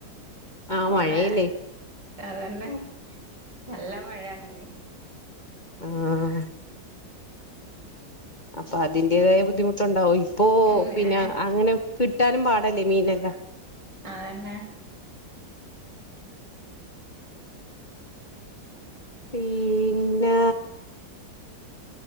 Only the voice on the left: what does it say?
ആ
മഴയല്ലേ
ആഹ
അപ്പൊ അതിന്റെതായ ബുദ്ധിമുട്ടുണ്ടാവും ഇപ്പൊ
പിന്നെ
അങ്ങനെ കിട്ടാനും പാടല്ലേ മീനെല്ലാം
പിന്നെ